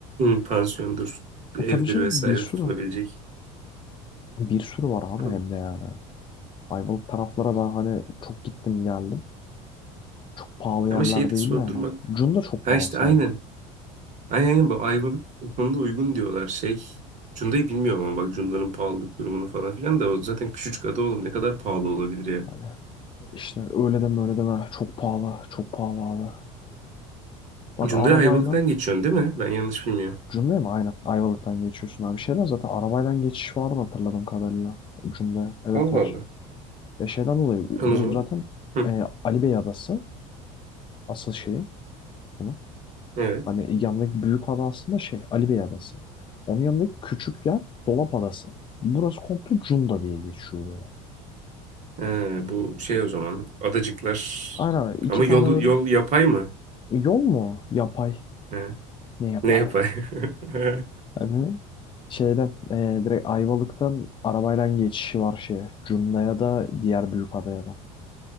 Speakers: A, on the right (about 45°); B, on the left (about 30°).
A: <clears throat> pansiyondur, evdir
B: E tabii canım
A: vesaire
B: bir sürü.
A: tutulabilecek.
B: Bir sürü var abi
A: <clears throat> Hı.
B: hem de yani. Ayvalık taraflara ben hani çok gittim geldim. Çok pahalı yerler
A: Ama şeyi de
B: değil
A: sordurmak.
B: yani. Cunda çok
A: Ha
B: pahalı
A: işte
B: sadece.
A: aynen. Aynen aynen bu Ayvalık o konuda uygun diyorlar. Şey Cunda'yı bilmiyorum ama bak Cunda'nın pahalılık durumunu falan filan da o zaten küçücük ada oğlum ne kadar pahalı olabilir ya.
B: Hani işte öyle deme öyle deme. Çok pahalı. Çok pahalı abi. Bak
A: Cunda'ya
B: arabayla
A: Ayvalık'tan geçiyorsun değil mi? Ben yanlış bilmiyorum.
B: Cunda'ya mı? Aynen. Ayvalık'tan geçiyorsun abi. Şeyden zaten arabayla geçiş vardı hatırladığım kadarıyla. Cunda'ya. Evet
A: Allah
B: var.
A: Allah.
B: Ya şeyden dolayı
A: Tamam
B: bu
A: o zaman.
B: zaten
A: Hı,
B: e, Ali Bey Adası. Asıl şeyi bunun.
A: evet.
B: Hani yanındaki büyük ada aslında şey Ali Bey Adası. Onun yanındaki küçük yer Dolap Adası. Burası komple Cunda diye geçiyor böyle.
A: Ee, bu şey o zaman. Adacıklar.
B: Aynen iki
A: Ama yol
B: tane böyle
A: yol yapay mı?
B: Yol mu? Yapay.
A: He,
B: Ne yapayım?
A: Ne yapay? <laughs>
B: Abi şeyden e, direkt Ayvalık'tan arabayla geçişi var şeye. Cunda'ya da diğer büyük adaya da.